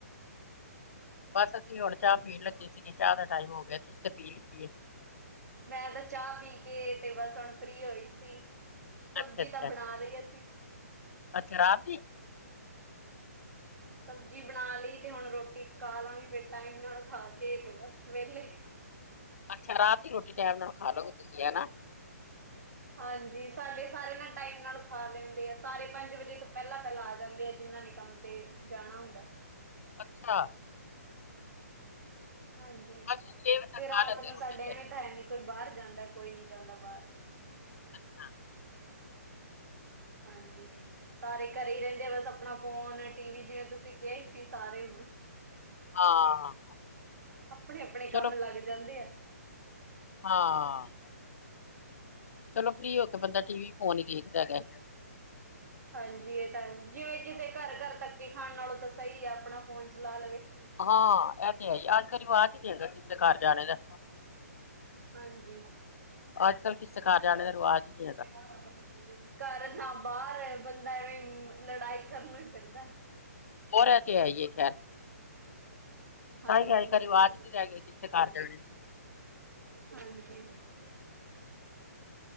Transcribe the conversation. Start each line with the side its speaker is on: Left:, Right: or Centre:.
Left: ਬਸ ਕਿ ਹੁਣ ਚਾ ਪੀਣ ਲੱਗੀ ਸੀਗੀ। ਚਾ ਦਾ ਟਾਈਮ ਹੋ ਗਿਆ। ਤੁਸੀਂ ਤੇ ਪੀ ਲੀਤੀ ਏ।
Right: ਮੈਂ ਤਾ ਚਾ, ਪੀ ਕੇ ਤੇ ਵਸ ਹੁੰਣ ਫਰੀ ਹੋਈ ਸੀ। ਸਬਜ਼ੀ
Left: ਅੱਛਾ ਅੱਛਾ
Right: ਤਾਂ ਬਣਾ ਲਈ ਅਸੀਂ।
Left: ਅੱਛਾ ਰਾਤ ਦੀ
Right: ਸਬਜ਼ੀ ਬਣਾ ਲਈ ਤੇ, ਹੁਣ ਰੋਟੀ ਪਕਾ ਲਾਂਗੇ ਫੇਰ ਟਾਈਮ ਨਾਲ ਖਾ <unintelligible> ਬਸ ਵੇਹਲੇ
Left: ਅੱਛਾ ਰਾਤ ਦੀ ਰੋਟੀ ਟੈਮ ਨਾਲ ਖਾਲੋਗੇ ਤੁਸੀਂ ਹੇਨਾ।
Right: ਹਾਂਜੀ, ਸਾਡੇ ਸਾਰੇ ਨਾ ਟਾਈਮ ਨਾਲ ਖਾ ਲੈਂਦੇ ਆ, ਸਾਰੇ ਪੰਜ ਵਜੇ ਤੋਂ ਪੈਲਾਂ-ਪੈਲਾਂ ਆ ਜਾਂਦੇ ਜਿਨਾਂ ਨੇ ਕੰਮ ਤੇ ਜਾਣਾ ਹੁੰਦਾ।
Left: ਅੱਛਾ।
Right: ਹਾਂਜੀ,
Left: ਬਸ ਛੇ ਵਜੇ ਤੱਕ
Right: ਤੇ ਰਾਤ
Left: ਖਾ ਲੈਂਦੇ
Right: ਨੂੰ
Left: ਰੋਟੀ
Right: ਸਾਡੇ
Left: ਫਿਰ
Right: ਐਵੇਂ ਤਾਂ ਹੈ ਨੀ ਕੋਈ, ਬਾਹਰ ਜਾਂਦਾ ਕੋਈ ਨੀ ਜਾਂਦਾ ਬਾਹਰ।
Left: ਅੱਛਾ ਅੱਛਾ
Right: ਹਾਂਜੀ। ਸਾਰੇ ਘਰੇ ਹੀ ਰਹਿੰਦੇ ਆ। ਬਸ ਆਪਣਾ ਫੋਨ, ਟੀ ਵੀ ਜਿਵ ੇਂ ਤੁਸੀਂ ਕਿਹਾ ਸੀ। ਸਾਰੇ
Left: ਹਾਂ
Right: ਆਪਣੇ-ਆਪਣੇ ਕੰਮ
Left: ਚਲੋ
Right: ਲੱਗ ਜਾਂਦੇ ਆ।
Left: ਹਾਂ, ਚਲੋ ਫਰੀ ਹੋ ਕੇ ਬੰਦਾ ਟੀ ਵੀ, ਫੋਨ ਦੇਖਦਾ ਹੈਗਾ।
Right: ਹਾਂਜੀ, ਇਹ ਤਾਂ ਜਿਵੇਂ ਕਿਸੇ ਘਰ- ਘਰ ਧੱਕੇ ਖਾਣ ਨਾਲੋਂ, ਤਾਂ ਸਹੀ ਆ ਆਪਣਾ ਫੋਨ ਚਲਾ ਲਵੇ।
Left: ਹਾਂ ਏ ਤੇ ਹੈਈ, ਅੱਜ ਕੱਲ ਰਿਵਾਜ਼ ਈ ਨੀ ਹੇਗਾ। ਕਿਸੇ ਦੇ ਘਰ ਜਾਣੇ ਦਾ।
Right: ਹਾਂਜੀ
Left: ਅੱਜ-ਕੱਲ ਕਿਸੇ ਘਰ ਜਾਣੇ ਦਾ ਰਿਵਾਜ ਨੀ ਹੈਗਾ
Right: ਜਖ ਆ <unintelligible> ਘਰ ਨਾ ਬਾਰ ਏ ਬੰਦਾ ਐਵੇਂ ਲੜਾਈ ਕਰਨੂੰ ਈ ਫਿਰਦਾ।
Left: ਹੋਰ ਏ ਤੇ ਹੈਈ ਏ ਖੈਰ।
Right: ਹਾਂਜੀ-ਹਾਂਜੀ।
Left: ਸਾਰੀ ਸਾਰੀ ਘਰ ਆਵਾਜ਼ ਨੀ ਰਹਿ ਗਈ ਜਿਸਦੇ ਘਰ ਜਾਣੇ ਨੇ